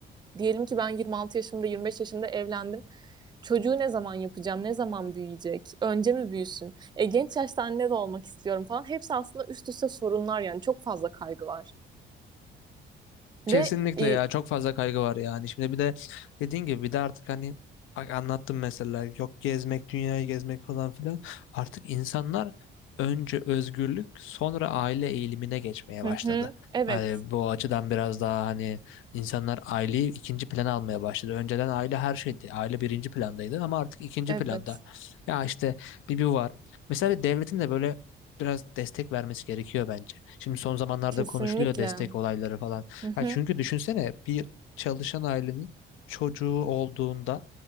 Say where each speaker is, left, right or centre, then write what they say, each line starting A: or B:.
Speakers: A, on the right (about 20°); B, on the left (about 90°).
A: Diyelim ki ben 26 yaşımda, 25 yaşımda evlendim çocuğu ne zaman yapacağım, ne zaman büyüyecek, önce mi büyüsün, e, genç yaşta anne de olmak istiyorum falan. Hepsi aslında üst üste sorunlar yani çok fazla kaygı var.
B: Kesinlikle
A: Ve e,
B: ya çok fazla kaygı var yani. Şimdi bir de dediğin gibi bir de artık hani a- anlattım mesela yok gezmek dünyayı gezmek falan filan. Artık insanlar önce özgürlük sonra aile eğilimine geçmeye başladı.
A: hı hı, evet,
B: Hani bu açıdan biraz daha hani insanlar aileyi ikinci plana almaya başladı. Önceden aile her şeydi. Aile birinci plandaydı ama artık ikinci
A: evet,
B: planda. Ya işte bir bir var. Mesela devletin de böyle biraz destek vermesi gerekiyor bence. Şimdi son zamanlarda
A: kesinlikle.
B: konuşuluyor destek olayları falan.
A: Hı hı,
B: Ha çünkü düşünsene bir çalışan ailenin çocuğu olduğunda